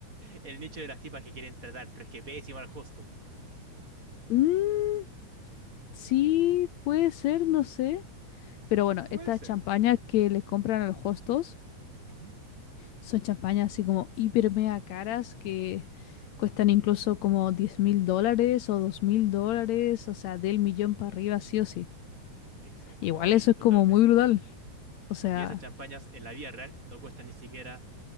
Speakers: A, on the right; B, on the left.
A: El nicho de las tipas que quieren tratar, pero es que pésimo al hosto.
B: Mm, sí, puede ser, no sé. Pero bueno,
A: Puede
B: estas
A: ser.
B: champañas que les compran a los hostos
A: Ujú.
B: son champañas así como hiper mega caras que cuestan incluso como diez mil dólares o dos mil dólares, o sea, del millón para arriba, sí o sí.
A: Exacto,
B: Igual
A: ¿no? Y
B: eso es
A: totalmente.
B: como muy brutal. O sea,
A: Y esas champañas en la vida real no cuestan ni siquiera